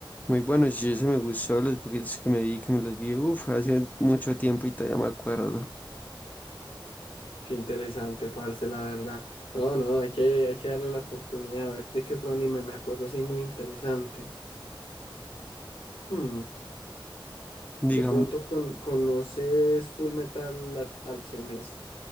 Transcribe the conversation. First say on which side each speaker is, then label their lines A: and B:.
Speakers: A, on the left (about 20°); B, on the left (about 90°).
A: muy buenos y eso me gustó, los poquitos que me vi, que me los vi, uff, hace mucho tiempo y todavía me acuerdo.
B: Qué interesante, parce, la verdad. No, no, hay que, hay que darle la oportunidad a ver de qué otro anime me acuerdo así muy interesante. Hmm, De
A: Digamos,
B: pronto con, conoces Full Metal Al- Alchemist.